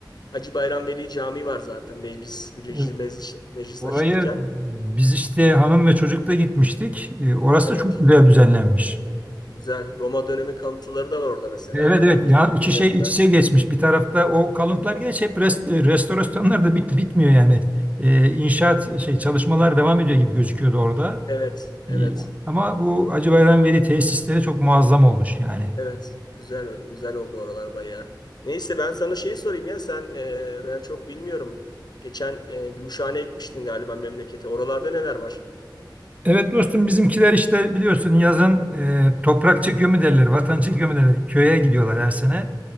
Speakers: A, on the left (about 60°); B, on the right (about 15°).
A: Hacı Bayram Veli Camii var zaten meclis birinci
B: E,
A: meclis, meclis
B: Oraya
A: açılırken.
B: biz işte hanım ve çocukla gitmiştik. E, Orası
A: Evet
B: da çok güzel düzenlenmiş.
A: güzel Roma dönemi kalıntıları da var orada mesela
B: Evet
A: hemen
B: evet ya iki
A: yanında.
B: şey iç içe geçmiş. Bir tarafta o kalıntılar geç hep rest- e, restorasyonlar da bit, bitmiyor yani. E, inşaat şey çalışmalar devam ediyor gibi gözüküyordu orada.
A: Evet evet
B: E, ama bu Hacıbayram Veli tesisleri çok muazzam olmuş yani.
A: evet güzel güzel oldu oralar bayağı. Neyse ben sana şeyi sorayım ya sen e, ben çok bilmiyorum. Geçen e, Gümüşhane'ye gitmiştin galiba memlekete. Oralarda neler var?
B: Evet dostum bizimkiler işte biliyorsun yazın e, toprak çekiyor mu derler, vatan çekiyor mu derler. Köye gidiyorlar her sene.